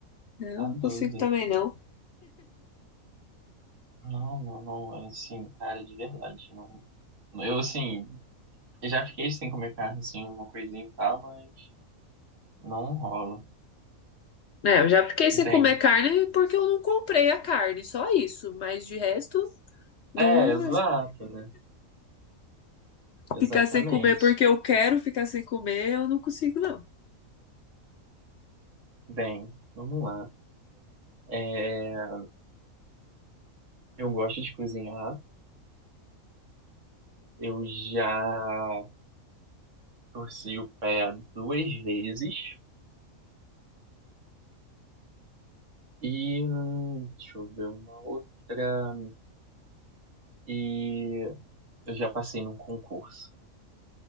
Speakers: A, on the left (about 60°); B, on the right (about 60°).
A: Não
B: tá doido.
A: consigo também, não.
B: Não, não, não, é assim, cara, de verdade, não. Eu, assim, já fiquei sem comer carne, assim, uma coisinha e tal, mas não rola.
A: É, eu já fiquei
B: Bem,
A: sem comer carne porque eu não comprei a carne, só isso. Mas de resto, não
B: é, exato, né? Exatamente.
A: ficar sem comer porque eu quero ficar sem comer, eu não consigo, não.
B: Bem, vamos lá. É, eu gosto de cozinhar, eu já torci o pé duas vezes e, hum, deixa eu ver, uma outra, e eu já passei num concurso.